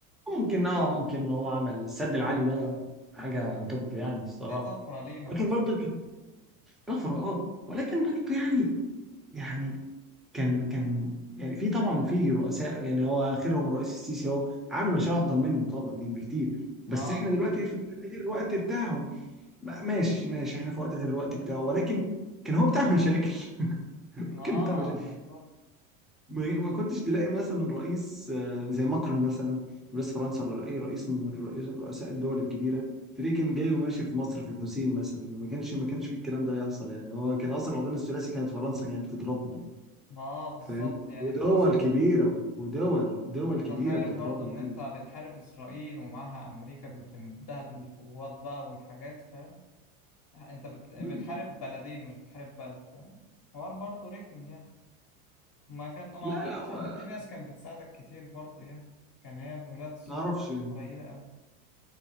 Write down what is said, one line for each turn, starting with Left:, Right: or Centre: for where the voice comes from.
Centre: ممكن اه ممكن هو عمل السد العالي ده حاجة توب يعني الصراحة
Left: دي طفرة لينا
Centre: لكن
Left: أصلا
Centre: برضه طفرة اه ولكن برضه يعني يعني كان كان يعني في طبعا في رؤساء يعني هو اخرهم الرئيس السيسي اهو عامل مشاريع افضل منه طبعا يعني بكتير بس
Left: اه
Centre: احنا
Left: بكتير
Centre: دلوقتي في وقت غير الوقت بتاعه بقى ماشي ماشي احنا في وقت غير الوقت بتاعه ولكن كان هو بتاع مشاكل <laughs>
Left: ما اه
Centre: كان بتاع مشاكل
Left: بالظبط
Centre: ما ما كنتش تلاقي مثلا رئيس آه، زي ماكرون مثلا رئيس فرنسا ولا اي رئيس من الرئيس رؤساء الدول الكبيره تلاقيه كان جاي وماشي في مصر في الحسين مثلا يعني ما كانش ما كانش فيه الكلام ده يحصل يعني هو كان اصلا العدوان الثلاثي كانت فرنسا كانت بتضربنا يعني
Left: ما اه بالظبط
Centre: فاهم
Left: يعني
Centre: ودول
Left: انت أصلا
Centre: كبيره ودول دول
Left: متخيل
Centre: كبيره بتضربنا
Left: برضو إن
Centre: يعني
Left: أنت بتحارب إسرائيل ومعها أمريكا بتمدها بالقوات بقى والحاجات فاهم أنت بت... بتحارب
Centre: مم.
Left: بلدين مش بتحارب بلد فاهم حوار برضه رخم يعني ما كان ما
Centre: لا
Left: اعتقدش
Centre: لا و...
Left: ان في ناس كانت بتساعدك كتير برضه يعني كان هي بمرات سوء
Centre: ما اعرفش يعني،
Left: قليلة أوي